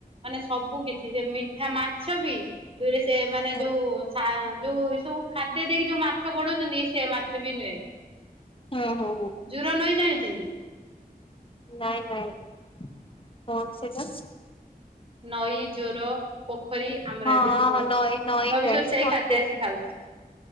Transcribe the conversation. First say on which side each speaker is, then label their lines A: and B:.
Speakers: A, on the right; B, on the left.
A: ମାନେ ସବୁ କିଛି ସେ ମିଠା ମାଛ ବି ଦୁଇରେ ସେମାନେ
B: ହୁଁ
A: ଯୋଉ ସା ଯୋଉ ଏ ସବୁ ଖାଦ୍ୟ ଦେଇକି ଯୋଉ ମାଛ ବଢଉଛନ୍ତି ଇଏ ସେ ମାଛ ବି ନୁହେଁ।
B: ହୁଁ ହୁଁ ହୁଁ।
A: ଜୋର ନଈ ଜାଣିଛନ୍ତି?
B: ନାଇଁ ନାଇଁ କଣ ସେଟା?
A: ନଈ, ଜୋର, ପୋଖରୀ ଆମର
B: ହଁ
A: ଏବେ
B: ହଁ
A: ସବୁ
B: ହଁ ନଈ ନଈ
A: ଅବଶ୍ୟ
B: ଜାଣିଛି
A: ସେଇ
B: ନଈ
A: ଖାଦ୍ୟ ଆସିକି ଖାଉଛି।